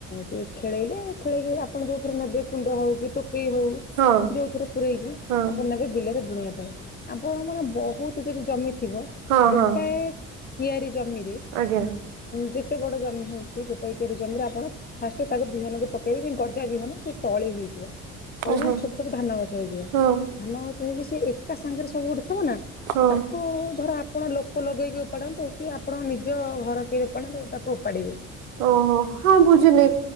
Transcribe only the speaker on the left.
ସିଏ ଖେଳେଇଲେ ଖେଳେଇକି ଆପଣ ଯୋଉ ନେବେ କୁଣ୍ଡ ହଉ କି ଟୋକେଇ ହଉ
ଯୋଉ ଥରେ ପୂରେଇକି
ଆପଣ ନେବେ ବିଲରେ ବୁଣିବା ପାଇଁ। ଆପଣ ମାନେ ବହୁତ ଯଦି ଜମି ଥିବ
ଗୋଟାଏ
କିଆରି ଜମିରେ
ଯେତେ ବଡ ଜମି ହଉଛି ଗୋଟା କିଆରି ଜମିରେ ଆପଣ ଫାଷ୍ଟ ତାକୁ ବିହନକୁ ପକେଇବେ ଯେମିତି ଗଜା। ବିହନ ସେ ତଳି ହେଇଯିବ ତଳି
ମାନେ ଛୋଟ ଛୋଟ ଧାନ ଗଛ ହେଇଯିବ।
ଧାନ ଗଛ ହେଇକି ସେ ଏକା ସାଙ୍ଗରେ ସବୁ ଉଠି ଥିବ ନା
ତାକୁ ଧର ଆପଣ ଲୋକ ଲଗେଇକି ଓପାଡନ୍ତୁ କି ଆପଣ ନିଜ ଘର କିଏ ଓପାଡନ୍ତୁ ତାକୁ ଓପାଡ଼ିବେ?